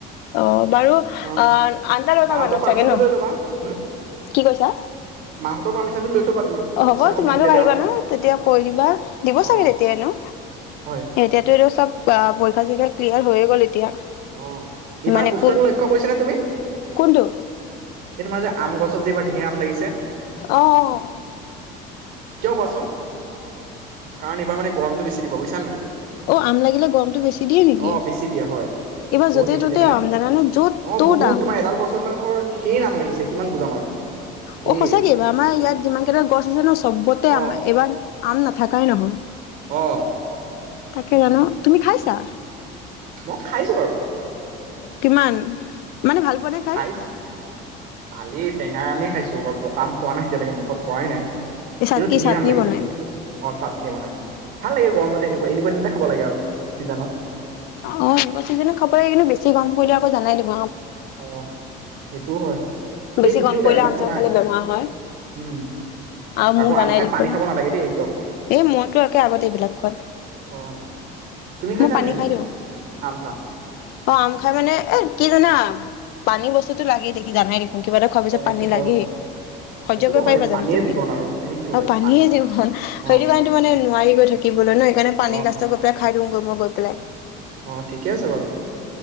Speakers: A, on the left; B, on the right.
A: অ', বাৰু
B: তোমাৰ
A: অ', আঠটা-নটা
B: মাহঁতৰ
A: মানুহ
B: পাৰ্মিচনটো
A: চাগে ন?
B: লৈ ল'বা। হুম
A: কি কৈছা?
B: মাহঁতৰ পাৰ্মিচনটো লৈ থ'বা তুমি
A: অ',
B: পিছত
A: হ'ব
B: আকৌ
A: তোমালোক
B: নিদিলে বেয়া
A: আহিবা
B: হ'ব যে।
A: ন? তেতিয়া কৈ দিবা। দিব
B: অ'
A: চাগে তেতিয়া এনেও।
B: হয়।
A: এতিয়াটো চব পৰীক্ষা-চৰীক্ষা ক্লিয়াৰ হৈয়ে গ'ল এতিয়া।
B: অহ। এইবাৰ
A: মানে
B: বুষ্টাটো
A: ক
B: লক্ষ্য কৰিছা নে তুমি?
A: কোনটো
B: সেইটো মানে যে আম গছত যিবাৰ ধেৰ আম লাগিছে
A: অ', অ'।
B: কিয় কোৱাচোন! কাৰণ এই বাৰ মানে গৰমটো বেছি দিব। বুইছানা নাই?
A: অ', আম লাগিলে গৰমটো বেছি দিয়ে নেকি?
B: অ বেছি দিয়ে হয়
A: ইবাৰ
B: বহুত
A: য'তে-ত'তে
B: বেছি দিয়ে মানে
A: আম জানানে? য'ত-ত'ত
B: অ বহুত
A: আম।
B: তোমাৰ এডাল গছত মানে ধৰ ঢেৰ আম লাগিছে কিমান বুজাম আৰু তোমাক? ঢেৰ
A: অ', সঁচাকেই বা আমাৰ ইয়াত যিমান কেইটা গছ আছে ন চবত
B: অ
A: আম এবাৰ আম নাথাকাই নহয়।
B: অ
A: তাকে জানো? তুমি খাইছ তা
B: মই খাইছো বাৰু।
A: কিমান? মানে ভাল পোৱা নে খাই?
B: খাইছো। ভালেই। টঙাই আম খাইছো বাৰ পকাম খোৱা নাই এতিলৈকে মুখত পৰাই নাই।
A: এই চাট
B: কিন্তু
A: কি
B: ধেৰ
A: চাটনি
B: আম লাগিছে।
A: বনাই?
B: বহুত, অ', চাটনি বনাই। ভাল লাগে গৰমতে এনেকুৱা-এনেকুৱা দিনতে খাব লাগে আৰু ছিজনত।
A: অ', অ', এইবোৰ চিজনক খাব পাৰি, কিন্তু বেছি গৰম পৰিলে আক জানাই দেখ
B: অ', সেইটোও হয়। ঢেৰ
A: বেছি
B: গুটি
A: গৰম
B: ওলাই
A: পৰিলে
B: অন্য
A: আম-চাম
B: কথা নাই
A: খালে বেমাৰ হয়
B: উম
A: আৰু
B: আকৌ
A: মোৰ জানাই
B: আম খাই
A: দেখোন।
B: পানী খাব নালাগে দেই একদম
A: এই মইতো একে আগত এইবিলাক খোৱাত।
B: অ' তুমি খাইছা
A: মই পানী
B: নাই সেইফালে
A: খাই দিওঁ। অ',
B: আম চাম
A: আম খাই মানে এ কি জানা পানী বস্তুতটো লাগে দেখি জানাই দেখি কিবা এটা খোৱাৰ পিছত
B: অ' সেইটো
A: পানী
B: হয়
A: লাগি,
B: বাৰু।
A: সহ্য
B: সেইটোতো
A: কৰি
B: হয়
A: পাৰিবা
B: পানীয়ে
A: জানো তুমি?
B: জীৱন আৰু তুমি কি ক'বা
A: আৰু
B: এতিয়া
A: পানীয়ে জীৱন।
B: অ'
A: সেইটো কাৰণে মানে নোৱাৰি গৈ থাকিবলৈ ন? সেইকাৰণে পানী
B: অ'
A: লাষ্টত
B: অ'
A: গৈ পেলাই খাই দিওঁগৈ মই গৈ। পেলাই
B: অ', ঠিকে আছে বাৰু।